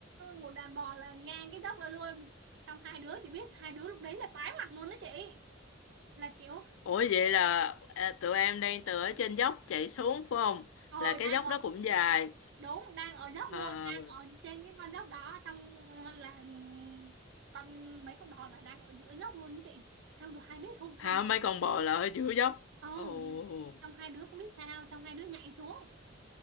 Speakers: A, on the right (about 60°); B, on the left (about 75°).
A: một đàn bò là ngang cái dốc đó luôn xong hai đứa chị biết hai đứa lúc đấy là tái mặt luôn đó chị là kiểu
B: Ủa vậy là à, tụi em đang từ ở trên dốc chạy xuống phải không?
A: ờ
B: Là cái
A: đang
B: dốc
A: ở
B: đó cũng dài.
A: đúng đang ở dốc
B: À,
A: luôn đang ở trên cái con dốc đó xong là ừ, con mấy con bò là đang ở giữa dốc luôn đó chị xong rồi hai biết không hai
B: hả
A: đứa
B: mấy con bò là ở giữa dốc.
A: ồ
B: Ồ.
A: là- xong hai đứa không biết sao xong hai đứa nhảy xuống